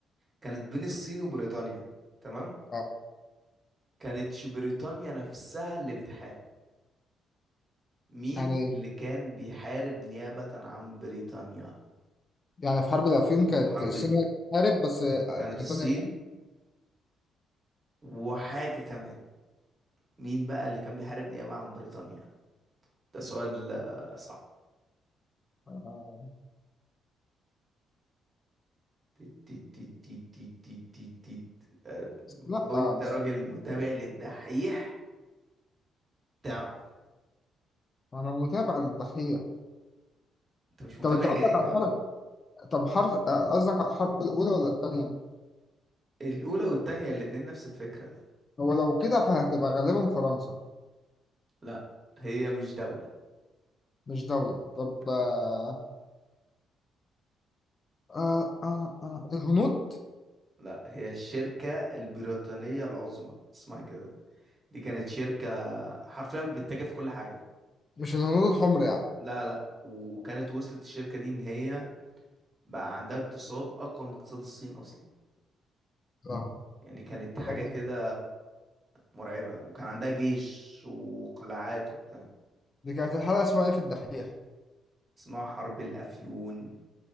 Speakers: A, on the right; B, on the left.
A: كانت بين الصين وبريطانيا تمام
B: اه
A: كانتش بريطانيا نفسها اللي بتحارب مين
B: يعني
A: اللي كان بيحارب نيابة عن بريطانيا
B: يعني في حرب الأفيون كانت
A: الحرب
B: الصين
A: دي
B: هي اللي بتحارب بس آه،
A: كانت
B: بريطانيا
A: الصين وحاجة كمان مين بقى اللي كان بيحارب نيابة عن بريطانيا ده سؤال آه، صعب
B: آه.
A: تيت تيت تيت تيت تيت تيت تيت تيت. آه،
B: لا
A: لو
B: آه
A: انت
B: بس
A: راجل متابع للدحيح تعرف
B: أنا متابع للضحية
A: انت مش متابع
B: طب أنت قصدك
A: جيد
B: على
A: ولا
B: الحرب طب حرب آه، قصدك على الحرب الأولى ولا التانية؟
A: الاولى والتانية الاتنين نفس الفكرة
B: هو لو كده فهتبقى غالبا فرنسا
A: لا هي مش دولة
B: مش دولة طب آه آه آه آه. الهنود
A: لا هي الشركة البريطانية العظمى اسمها كده دي كانت شركة حرفيا بتتاجر في كل حاجة
B: مش الهنود الحمر يعني مم.
A: لا لا وكانت وصلت الشركة دي ان هي بقى عندها اقتصاد اقوى من اقتصاد الصين اصلا
B: فاهم
A: يعني كانت حاجة
B: طب
A: كده مرعبة وكان عندها جيش وقلعات وبتاع
B: دي كانت الحلقة اسمها ايه في الدحيح
A: اسمها حرب الافيون